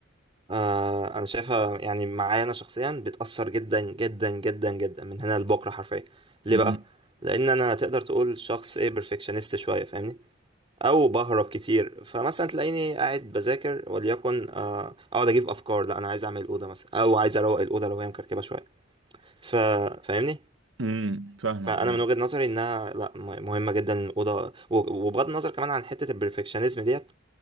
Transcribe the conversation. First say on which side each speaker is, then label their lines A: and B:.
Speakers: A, on the right; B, on the right.
A: آه انا شايفها يعني معايا انا شخصيا بتأثر جدا جدا جدا جدا من هنا لبكرة حرفيا ليه
B: امم
A: بقى لان انا تقدر تقول شخص ايه بيرفكشنست شوية فاهمني او بهرب كتير فمثلا تلاقيني قاعد بذاكر وليكن آه، اقعد اجيب افكار لا انا عايز اعمل الاوضه مثلا او عايز اروق الاوضه لو هي مكركبه شويه ف... فاهمني
B: أمم، فاهمك
A: فانا
B: ايوه
A: من وجهة نظري انها لا م- مهمه جدا الاوضه و- وبغض النظر كمان عن حته البرفكشنزم ديت